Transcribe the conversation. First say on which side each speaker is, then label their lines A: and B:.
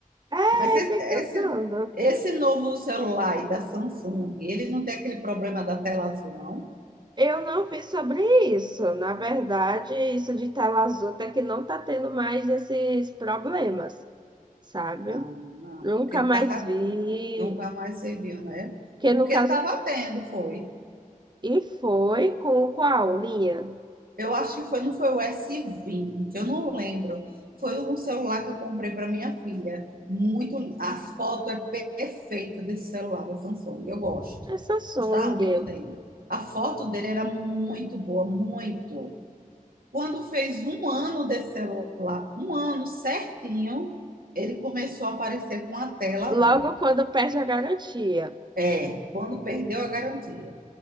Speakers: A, on the right; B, on the right.
A: É,
B: Mas e-
A: fica
B: esse,
A: usando.
B: esse novo celular aí da Samsung, ele não tem aquele problema da tela azul, não?
A: Eu não vi sobre isso. Na verdade, isso de tela azul até que não tá tendo mais esses problemas, sabe?
B: Não, não,
A: Nunca
B: porque ele
A: mais
B: tava,
A: vi.
B: nunca mais serviu, né?
A: Que
B: Porque
A: no
B: estava
A: caso,
B: tendo, foi.
A: e foi com qual linha?
B: Eu acho que foi, não foi o S20, eu não lembro. Foi um celular que eu comprei para minha filha. Muito, a foto é perfeita desse celular da Samsung. Eu gosto.
A: É Samsung.
B: Gostava muito dele. A foto dele era muito boa, muito. Quando fez um ano desse celular, um ano certinho, ele começou a aparecer com a tela
A: Logo
B: azul.
A: quando perde a garantia.
B: É, quando perdeu a garantia.